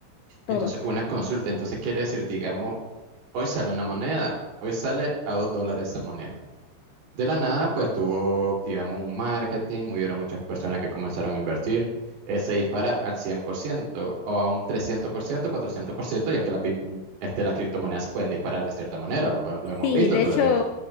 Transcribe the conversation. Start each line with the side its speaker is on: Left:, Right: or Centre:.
Right: Entonces,
Left: todo.
Right: una consulta. Entonces, quiere decir, digamos, hoy sale una moneda, hoy sale a dos dólares esa moneda. De la nada, pues tuvo, digamos, un marketing, hubieron muchas personas que comenzaron a invertir. Eh, se dispara al 100% o a un trescientos por ciento, cuatrocientos por ciento, ya que las, bi- este, las criptomonedas se pueden disparar de cierta manera, lo, podemos- lo hemos
Left: Sí,
Right: visto,
Left: de
Right: tú
Left: hecho,
Right: lo has visto.